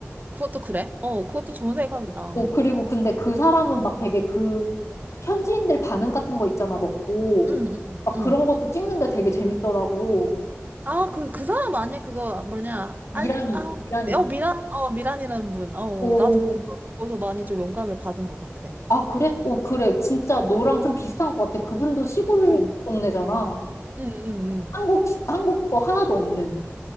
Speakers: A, on the right; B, on the left.
A: 그것도 그래? 어, 그것도 좋은 생각이다.
B: 어, 그리고 근데 그 사람은 막 되게 그 현지인들 반응 같은 거 있잖아, 먹고.
A: 음, 음,
B: 막
A: 음.
B: 그런 것도 찍는데 되게 재밌더라고.
A: 아, 그, 그 사람 아니야? 그거 뭐냐?
B: 이란이,
A: 알, 아,
B: 이란이.
A: 어, 미란, 어, 미란이라는 분. 어,
B: 오,
A: 나도
B: 오.
A: 그분 보고서 많이 좀 영감을 받은 것 같아.
B: 아, 그래? 오, 그래. 진짜 너랑 좀 비슷한 것 같아. 그분도 시골
A: 음,
B: 동네잖아.
A: 음, 음, 음.
B: 한국, 시- 한국 거 하나도 없는.